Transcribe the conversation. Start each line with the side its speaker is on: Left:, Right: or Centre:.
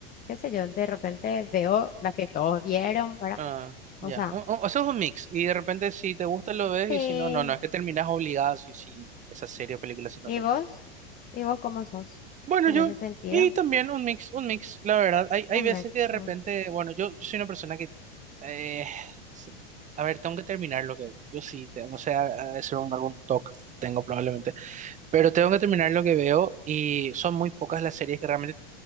Left: qué sé yo, de repente veo las que todos vieron, ¿verdad?
Right: Ah, ya,
Left: O sea,
Right: O- o- eso es un mix y de repente si te gusta lo ves
Left: sí.
Right: y si no, no, no, es que terminas obligado si, si esa serie o película si no
Left: ¿Y
Right: te gusta.
Left: vos? ¿Y vos cómo sos?
Right: Bueno,
Left: En
Right: yo,
Left: ese sentido,
Right: y también un mix, un mix, la verdad. Hay, hay
Left: un
Right: veces
Left: mix.
Right: que de repente,
Left: mm.
Right: bueno, yo, yo soy una persona que, eh, se- a ver, tengo que terminar lo que veo. Yo sí, te- no sé, a- a- es un, algún TOC que tengo probablemente, pero tengo que terminar lo que veo y son muy pocas las series que realmente,